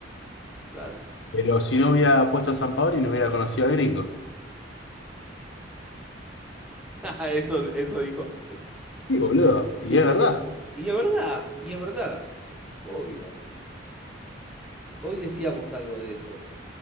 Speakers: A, in the centre; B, on the left (about 70°).
A: claro.
B: Pero si no hubiera puesto a Sampaoli, no hubiera conocido al gringo.
A: <laughs> Eso, eso dijo.
B: Sí, boludo. Y
A: Y está
B: es verdad.
A: bien. Y es verdad, y es verdad. Obvio. Hoy decíamos algo de eso,